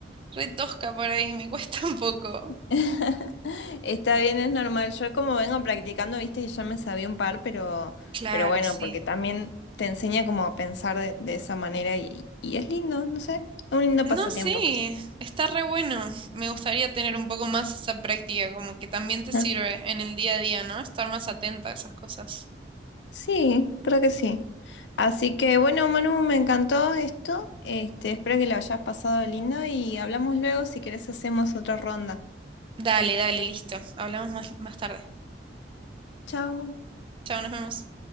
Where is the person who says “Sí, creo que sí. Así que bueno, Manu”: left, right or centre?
Left